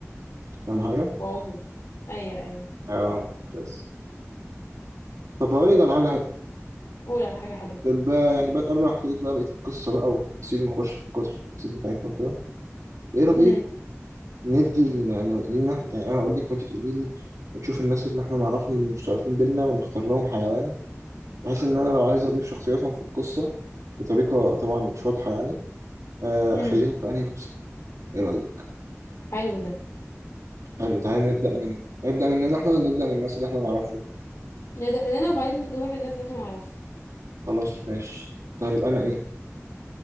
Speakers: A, on the right; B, on the left.
A: فاهم حاجه؟
B: اوه ايوه ايوه
A: اه بس طب هقول لك على حاجه حلوه
B: قول على حاجه حلوه
A: طب بقى يعني بقى قبل ما احكي لك بقى بقيه القصه بقى والتفاصيل ونخش في القصه التفاصيل بتاعتها وكده ايه رايك
B: امم
A: ندي لنا لينا إحنا- يعني انا اقول لك وانت تقولي لي وتشوف الناس اللي احنا نعرفهم مشتركين بينا ونختار لهم حيوان بحيث ان انا لو عايز اضيف شخصياتهم في القصه بطريقه طبعا مش واضحه يعني آه،
B: امم
A: اخليهم في انهي فصل ايه رايك
B: حلو ده
A: حلو تعالى نبدا من نبدا مننا احنا ونبدا من الناس اللي احنا نعرفهم
B: نبدا من هنا وبعدين نروح للناس اللي احنا نعرفها
A: خلاص ماشي طيب انا ايه